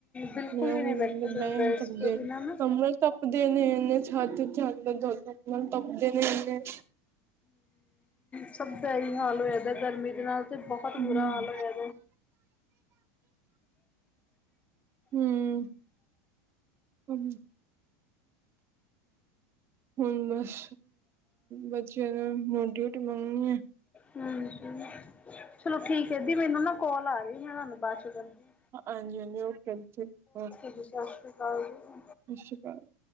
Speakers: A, on the left (about 15°); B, on the right (about 30°).
A: ਬਿਲਕੁਲ
B: ਵ-
A: ਵੀ ਨਹੀਂ ਬੈਠਾ
B: ਕਮਰੇ
A: ਜਾਂਦਾ
B: ਬੈਹ ਨਹੀ
A: ਏ
B: ਸਕਦੇ-
A: ਸੀ ਤੋਂ ਬਿਨਾਂ ਨਾ।
B: ਤੱਪਦੇ ਨੇ ਇਨੇ ਛੱਤ 'ਚ ਧੁਪ ਨਾਲ ਤਪਦੇ ਨੇ ਇਹਨੇ-
A: ਸਭ ਦਾ ਇਹੀ ਹਾਲ ਹੋਇਆ ਦਾ ਗਰਮੀ ਦੇ ਨਾਲ ਤਾਂ ਬੋਤ ਬੁਰਾ
B: ਹੂੰ
A: ਹਾਲ ਹੋਇਆ।
B: ਹੂੰ -ਹੂੰ - ਹੁਣ ਬਸ ਬੱਚਿਆਂ ਨੂੰ ਰੋਟੀ ਮੰਗਣੀ ਆ।
A: ਹਾਂਜੀ ਚਲੋ ਠੀਕ ਹੈ। ਦੀ ਮੈਨੂੰ ਨਾ ਕੋਾਲ ਆ ਗਈ ਆ ਮੈ ਤੁਹਾਨੂੰ ਬਾਦ ਕਰਨੀ ਆ।
B: ਹਾਂਜੀ- ਹਾਂਜੀ ਓਕੇ ਸਤਿ
A: ਜੀ ਸਤਿ ਸ਼੍ਰੀ ਅਕਾਲ ਜੀ।
B: ਸ਼੍ਰੀ ਅਕਾਲ-